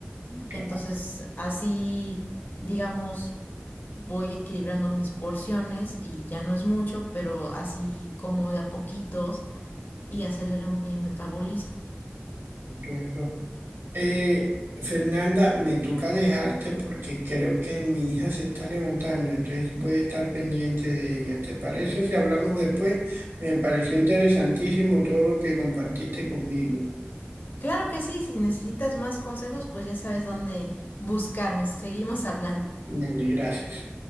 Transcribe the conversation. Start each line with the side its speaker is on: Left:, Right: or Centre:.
Right: claro,
Left: Entonces, así, digamos, voy equilibrando mis porciones y ya no es mucho, pero así como de a poquitos y acelero mi metabolismo.
Right: claro. Eh, Fernanda, me toca dejarte porque creo que mi hija se está levantando, entonces voy a estar pendiente de ella. ¿Te parece si hablamos después? Me pareció interesantísimo todo lo que compartiste conmigo.
Left: Claro que sí, si necesitas más consejos, pues ya sabes dónde buscarme. Seguimos hablando.
Right: Vale, gracias.